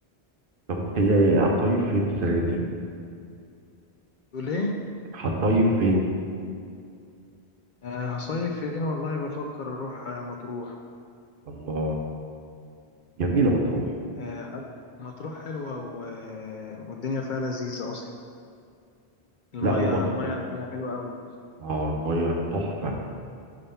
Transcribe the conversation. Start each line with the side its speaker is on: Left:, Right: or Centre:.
Right: طب انت ايه هتصيف فين السنه دي
Left: تقول ايه
Right: هتصيف فين
Left: آه، هصيف فين والله بفكر اروح آه، مطروح
Right: الله جميله مطروح
Left: آه، ح- مطروح حلوة و... آه، والدنيا فيها لذيذة اصلا المية
Right: لا ومطروح
Left: المية فيها حلوة قوي
Right: اه الميه تحفه